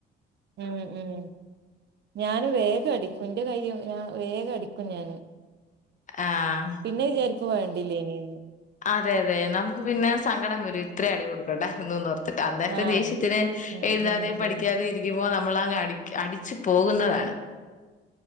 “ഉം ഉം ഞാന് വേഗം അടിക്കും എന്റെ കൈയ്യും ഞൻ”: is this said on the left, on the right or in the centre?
Right